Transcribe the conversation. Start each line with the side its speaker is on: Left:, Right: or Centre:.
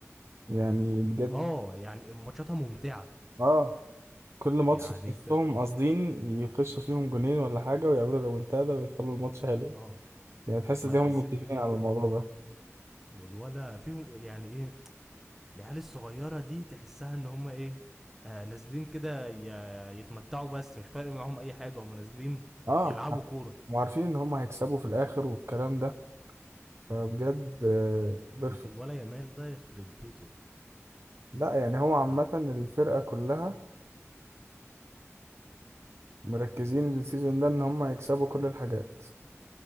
Right: يعني بجد
Centre: اه يعني ماتشاتها ممتعه
Right: اه كل ماتش
Centre: يعني
Right: تحسهم
Centre: انت
Right: قاصدين يخشوا فيهم جونين ولا حاجه ويعملوا ريمونتادا ويخلوا الماتش حلو
Centre: اه
Right: يعني تحس
Centre: ما
Right: ان
Centre: انا
Right: هم
Centre: حسيت
Right: متفقين
Centre: بكده
Right: على الموضوع ده
Centre: والولا فيهم يعني ايه العيال الصغيره دي تحسها ان هم ايه آه نازلين كده ي- يتمتعوا بس مش فارق معاهم اي حاجه هم نازلين
Right: اه
Centre: يلعبوا
Right: عارف-
Centre: كوره
Right: وعارفين ان هم هيكسبوا في الاخر والكلام ده فبجد آه، بيرفكت
Centre: ال- الولا يامال ده يخرب بيته
Right: لا يعني هو عامه
Centre: ال-
Right: الفرقه كلها مركزين السيزون ده ان هم يكسبوا كل الحاجات